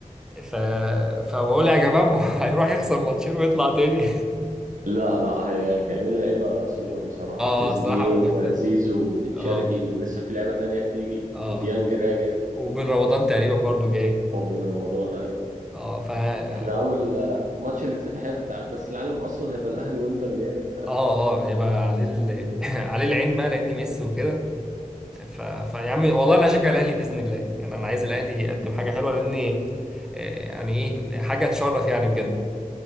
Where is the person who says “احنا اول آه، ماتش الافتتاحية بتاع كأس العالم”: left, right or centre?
Right